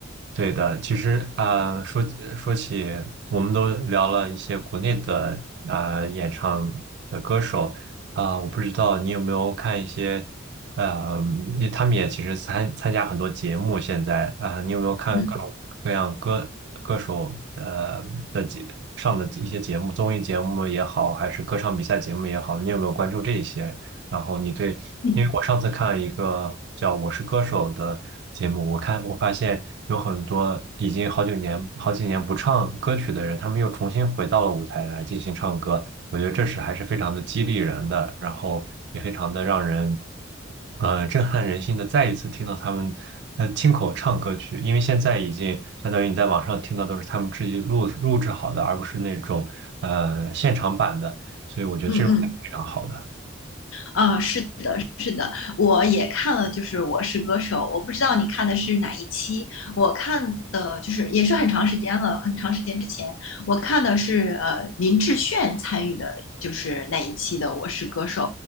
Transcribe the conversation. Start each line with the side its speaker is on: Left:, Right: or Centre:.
Right: 对的，其实啊、呃说呃说起，我们都聊了一些国内的啊呃演唱的歌手啊、我不知道你有没有看一些，呃，也他们也其实参参加很多节目，现在啊、你有没有看各种各样歌歌手呃的节上的一些节目，
Left: 嗯
Right: 综艺节目也好，还是歌唱比赛节目也好，你有没有关注这一些？然后你对，
Left: 嗯
Right: 因为我上次看了一个叫《我是歌手》的节目，我看我发现有很多已经好几年好几年不唱歌曲的人，他们又重新回到了舞台来进行唱歌，我觉得这是还是非常的激励人的，然后也非常的让人，呃，震撼人心的。再一次听到他们呃亲口唱歌曲，因为现在已经相当于你在网上听到都是他们自己录录制好的，而不是那种呃现场版的，所以我觉得这种还是非常好的。
Left: 嗯嗯，啊，呃是的，是的，我也看了，就是《我是歌手》，我不知道你看的是哪一期，我看的就是也是很长时间了，很长时间之前，我看的是呃林志炫参与的，就是那一期的《我是歌手》。